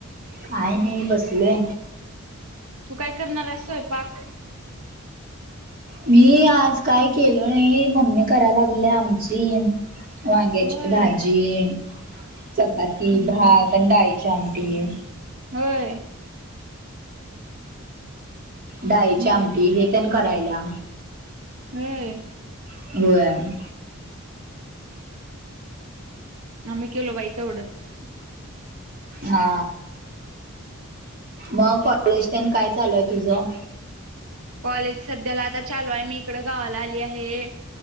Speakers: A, on the right; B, on the right.
A: काय नाही बसले.
B: तू काय करणार आहेस स्वयंपाक?
A: मी आज काय केलो नाही, मम्मी करायला लागल्या आमची. वांग्याची
B: होय
A: भाजी, चपाती,
B: हम्म
A: भात आणि डाळीच्या आम ते
B: होय?
A: डाळिची
B: मग
A: आमटी हे तेन करायल्या.
B: हम्म..
A: होय.
B: आम्ही केलो बाई तेवढंच.
A: हा मग कॉलेज तेन काय चालू हाय तुझं?
B: कॉलेज सध्याला आता चालू आहे. मी इकडं गावाला आली आहे,